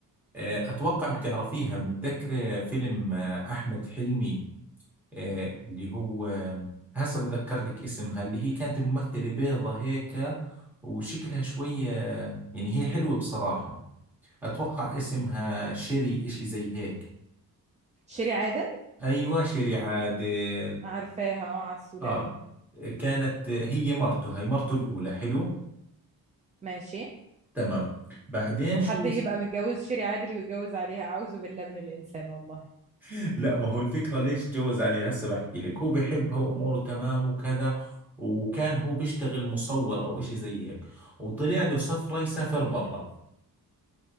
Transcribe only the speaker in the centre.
آه، اتوقع بتعرفيها متذكرة فيلم آه، احمد حلمي آه، اللي هو آه، هسه بتذكر لك اسمها اللي هي كانت الممثلة بيضة هيك وشكلها شوية يعني هي حلوة بصراحة اتوقع اسمها شيري اشي زي هيك
ايوه شيري عادل
اه
كانت هي مرته هي مرته الأولى حلو
تمام بعدين
شو
بص...
<laughs> لا ما هو الفكرة ليش تجوز عليها هسه بحكي لك هو بحبها وأموره تمام وكذا وكان هو بيشتغل مصور أو إشي زي هيك وطلع له سفرة يسافر برا